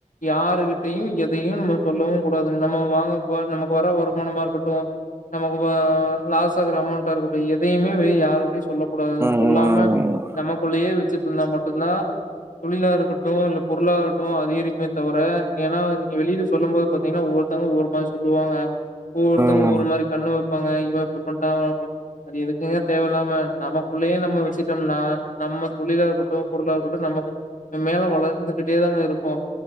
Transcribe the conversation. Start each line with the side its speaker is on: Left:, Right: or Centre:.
Left: யாருகிட்டயும் எதையும் நம்ம சொல்லவும் கூடாதுங்க நம்ம வாங்க ப நமக்கு வர வருமானமா இருக்கட்டும் நமக்கு வ லாஸ் ஆகுற அமௌண்டா இருக்கட்டும் எதையுமே வெளிய யாருகிட்டையும் சொல்ல கூடாதுங்க
Right: ம்,
Left: சொல்லாம
Right: ம்,
Left: நமக் வச்சட்டு இருந்தா மட்டும்தான் தொழிலா இருக்கட்டும் இல்ல பொருளாகட்டும் அதிகரிக்குமே தவிர ஏன்னா நீங்க வெளில சொல்லும் போது பாத்தீங்கன்னா ஒவ்வொருத்தங்க ஒவ்வொரு மாதி சொல்லுவாங்க ஒவ்வொருதங்க
Right: ம்.
Left: ஒவ்வொருமாரி கண்ணு வப்பாங்க இவன் இப்டி பண்ட்டான் அவன் அப்டி அது எதுக்குங்க தேவயில்லாம நம்மக்குள்ளயே நம்ம வஷ்சிட்டோம்னா நம்ம தொழிலா இருக்கட்டும் பொருளா இருக்கட்டும் நமக்கு மேல வளர்ந்துகிட்டே தாங்க இருக்கும்